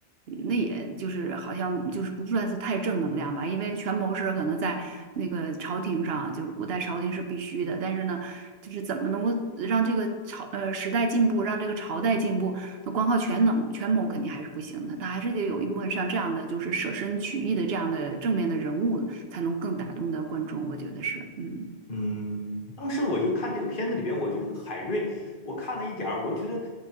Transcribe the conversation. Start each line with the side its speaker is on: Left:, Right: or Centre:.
Right: 那也就是好像就是不算是太正能量吧，因为权谋是可能在那个朝廷上，就是古代朝廷是必须的，但是呢，就是怎么能够让这个朝呃时代进步，让这个朝代进步，那光靠权能权谋肯定还是不行的，他还是得有一部分像这样的就是舍身取义的这样的正面的人物，才能更打动的观众，我觉得是，嗯。
Left: 嗯，当时我就看这个片子里边，我觉得这个海瑞，我看了一点儿，我就觉得